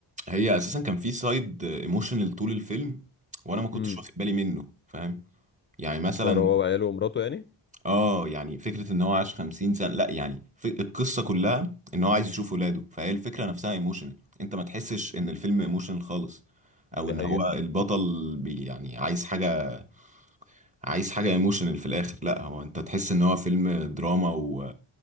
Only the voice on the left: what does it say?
امم
حوار هو وعياله ومراته يعني
دي
حقيقة